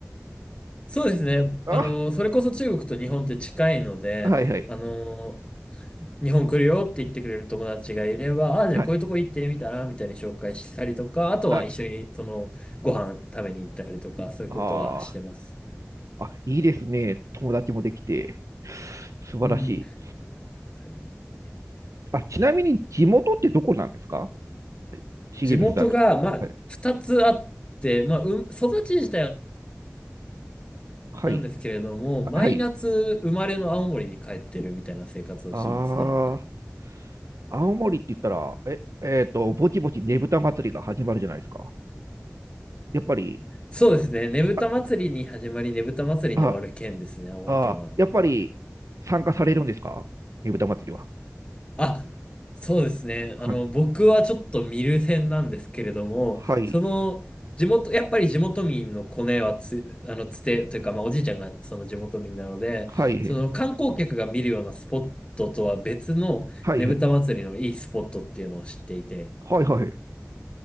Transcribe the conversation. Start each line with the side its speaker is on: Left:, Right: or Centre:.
Left: そうですね。
Right: あ、
Left: あの、それこそ中国と日本って近いので、
Right: はいはい。
Left: あの、日本来るよって言ってくれる友達がいれば、あ、じゃあこういうとこ行ってみたらみたいに紹介したりとか、
Right: はい。
Left: あとは一緒にそのご飯食べに行ったりとか、
Right: はい。
Left: そういうことはしてます。
Right: ああ。あ、いいですね。友達もできて。素晴らしい。
Left: うん。まさに、まさにですね。
Right: あ、ちなみに地元ってどこなんですか重光さんと。
Left: 地元が、まあ、
Right: はい。
Left: 二つあって、まあ、うん、育ち自体は
Right: はい。
Left: なんですけれども、毎夏生まれの青森に帰ってるみたいな生活をしてますね。
Right: はい。ああ。青森って言ったら、え、えっと、ぼちぼちねぶた祭りが始まるじゃないですか。やっぱり、
Left: そうですね。ねぶた祭りに始まり、
Right: あ、
Left: ねぶた祭りに終わる県ですね、
Right: あ、
Left: 青森県は。
Right: あ、やっぱり参加されるんですかねぶた祭りは。
Left: あ、そうですね。
Right: はい。
Left: あの、僕はちょっと見る線なんですけれども、
Right: はい、
Left: その、地元、やっぱり地元民のコネはつ、あの、つて、というか、まあ、おじいちゃんがその地元民なので、
Right: はい、
Left: その観光客が見るようなスポットとは別のねぶた祭りのいいスポットっていうのを知っていて、
Right: はい、はい、はい、はい。